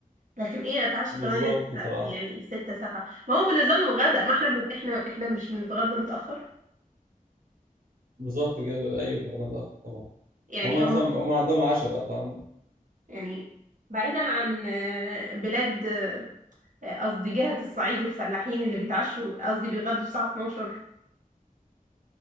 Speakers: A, on the right; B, on the right.
A: لكن إيه أتعشى
B: بالظبط
A: تمانية س-
B: بصراحة
A: يعني ستة سبعة ما هو بالنسبة لهم غدا ما إحنا بن... إحنا إحنا مش بنتغدى متأخر
B: بالظبط كده أيوه بنخدم متأخر طبعا
A: يعني
B: هم
A: هم
B: صم... هم عندهم عشاء بقى فاهم
A: يعني بعيدا عن آه، بلاد آه، قصدي جهة الصعيد والفلاحين اللي بيتعشوا قصدي بيتغدوا الساعة 12